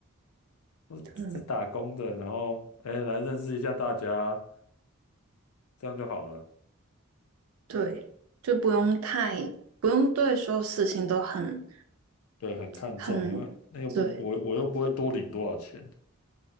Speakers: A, on the left (about 80°); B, on the right (about 70°).
A: 我只是打工的，
B: 真的，
A: 然后哎来认识一下大家，这样就好了。
B: 对，就不用太，不用对所有事情都很，
A: 对，很看重，
B: 很，
A: 因为那又不我我又不会多领多少钱。
B: 对，